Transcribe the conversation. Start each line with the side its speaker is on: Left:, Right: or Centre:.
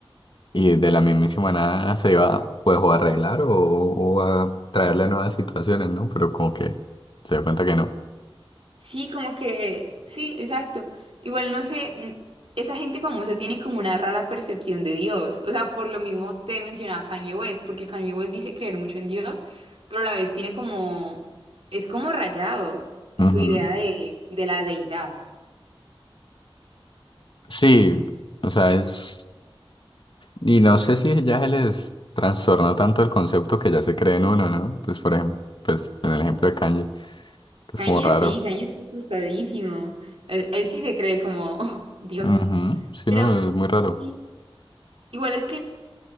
Left: Y de la mismísima nada se iba pues o a arreglar o, o a traerle a nuevas situaciones, ¿no? Pero como que se dio cuenta que no.
Right: Sí, como que, sí, exacto. Igual no sé, n- esa gente famosa tiene como una rara percepción de Dios. O sea, por lo mismo te mencionaba Kanye West, porque Kanye West dice creer mucho en Dios, pero a la vez tiene como, es como rayado su
Left: Ujú.
Right: idea de, de la deidad.
Left: Sí, o sea, es... Y no sé si ya se les trastornó tanto el concepto que ya se cree en uno, ¿no? Pues por ejemplo, pues en el ejemplo de Kanye, que es
Right: Kanye
Left: como raro.
Right: sí, Kanye está asustadísimo. Él, él sí se cree como <laughs> Dios.
Left: Ujú. Sí,
Right: Pero
Left: no, es muy raro.
Right: sí, igual es que